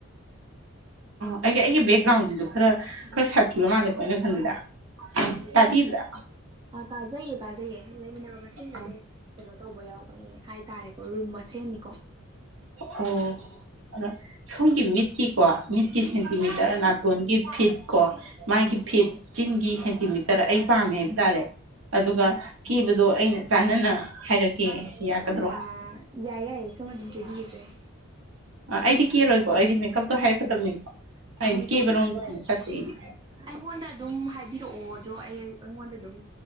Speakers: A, on the right; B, on the right.
A: ꯑꯩ ꯑꯩꯒꯤꯕꯦꯛ ꯒ꯭ꯔꯥꯎꯟꯁꯤꯁꯨ ꯈꯔ ꯈꯔ ꯁꯥꯊꯤꯕ ꯃꯥꯜꯂꯦꯀꯣ ꯑꯩꯅ ꯈꯟꯕꯗ ꯇꯥꯕꯤꯕ꯭ꯔꯥ
B: ꯑ ꯇꯥꯖꯩꯌꯦ ꯇꯥꯖꯩꯌꯦ ꯃꯁꯦꯟꯗ
A: ꯑ
B: ꯑꯗꯨꯝ ꯀꯩꯅꯣ ꯇꯧꯕ ꯌꯥꯎꯕꯅꯦ ꯍꯥꯏꯇꯥꯔꯦꯀꯣ ꯔꯨꯝ ꯃꯁꯦꯟꯅꯤꯀꯣ
A: ꯑꯣ ꯑꯗꯣ ꯁꯣꯝꯒꯤ ꯃꯤꯠꯀꯤꯀꯣ ꯃꯤꯠꯀꯤ ꯁꯦꯟꯇꯤꯃꯤꯇꯔ ꯅꯥꯇꯣꯟꯒꯤ ꯐꯤꯠ ꯀꯣ ꯃꯥꯒꯤ ꯐꯤꯠ ꯆꯤꯟꯒꯤ ꯁꯦꯟꯇꯤꯃꯤꯇꯔ ꯑꯩ ꯄꯥꯝꯃꯦ ꯍꯥꯏꯕ ꯇꯥꯔꯦ ꯑꯗꯨꯒ ꯀꯦꯕꯗꯣ ꯑꯩꯅ ꯆꯥꯟꯅꯅ ꯍꯥꯏꯔꯛꯀꯦ ꯌꯥꯒꯗ꯭ꯔꯣ
B: ꯑꯥ ꯌꯥꯏꯌꯦ ꯌꯥꯏꯌꯦ ꯁꯣꯝ ꯑꯗꯨꯝ ꯀꯦꯕꯤꯔꯖꯨ ꯌꯥꯏ
A: ꯑ ꯑꯩꯗꯤ ꯀꯦꯔꯣꯏꯀꯣ ꯑꯩꯗꯤ ꯃꯦꯀꯞꯇꯣ ꯍꯥꯏꯔꯛꯀꯗꯕꯅꯤꯀꯣ ꯑꯩꯗꯤ
B: ꯑ ꯃꯦꯀꯞꯇꯤ
A: ꯀꯦꯕꯔꯣꯝꯗ
B: ꯂꯣꯏ
A: ꯑꯣꯏꯅ ꯆꯠꯇꯦ
B: <inaudible>
A: ꯑꯩꯗꯤ
B: ꯑꯩꯉꯣꯟꯗ ꯑꯗꯨꯝ ꯍꯥꯏꯕꯤꯔꯛꯑꯣ ꯑꯗꯣ ꯑꯩ ꯑꯩꯉꯣꯟꯗ ꯑꯗꯨꯝ